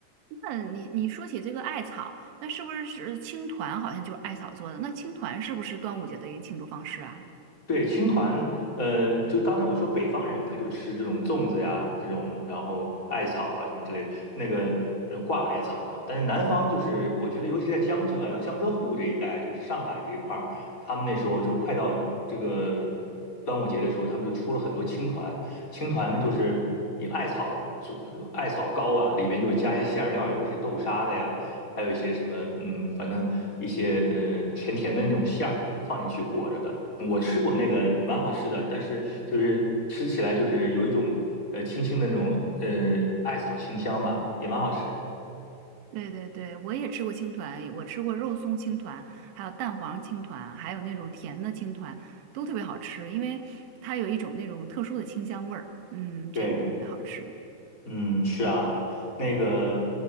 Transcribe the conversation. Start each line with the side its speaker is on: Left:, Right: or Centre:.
Right: 那你你说起这个艾草，那是不是是青团？好像就是艾草做的。那青团是不是端午节的一个庆祝方式啊？
Left: 对，青团，呃，就刚才我说北方人他就吃这种粽子呀，这种然后艾草啊什么之类的，那个呃挂艾草啊，但是南方就是我觉得尤其在江浙啊、江浙沪这一带，就是上海这一块儿，他们那时候就快到这个端午节的时候，他们就出了很多青团，青团呢就是以艾草做艾草糕啊，里边就加一些馅儿料，有一些豆沙的呀。还有一些什么，嗯，反正一些呃甜甜的那种馅儿放进去裹着的。我吃过那个，蛮好吃的，但是就是吃起来就是有一种呃轻轻的那种呃艾草清香吧，也蛮好吃。
Right: 对对对，我也吃过青团，我吃过肉松青团，还有蛋黄青团，还有那种甜的青团，都特别好吃，因为它有一种那种特殊的清香味儿。嗯，这个也特别好吃。
Left: 对。嗯，是啊，那个，